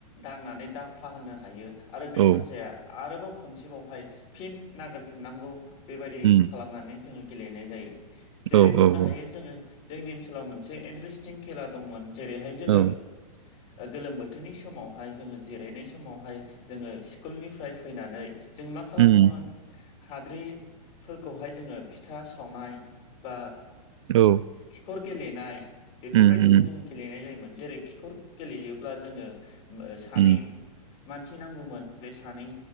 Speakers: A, on the left (about 30°); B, on the right (about 50°).
A: दांनानै दाफा होनो हायो आरो बे
B: औ
A: हान्जाया आरोबाव खनसेबावहाय फिन नागिरफिननांगौ बेबायदि
B: उम
A: खालामनानै जोङो गेलेनाय जायो। जेरै
B: औ
A: बुंनो
B: औ औ
A: हायो जोङो जोंनि ओनसोलाव मोनसे इन्टारेस्टिं खेला दंमोन। जेरैहाय जोङो
B: औ
A: गोलोम बोथोरनि समावहाय जोङो जिरायनाय समावहाय जोङो स्कुलनिफ्राय फैनानै जों मा खालामोमोन
B: उम
A: हाद्रिफोरखौहाय जोङो फिथा सावनाय बा
B: औ
A: खिखर गेलेनाय बेफोरबायदिखौ
B: उम उम
A: जों गेलेनाय जायोमोन जेरै खिखर गेलेयोब्ला जोङो ओ सानै
B: उम
A: मानसि नांगौमोन बे सानै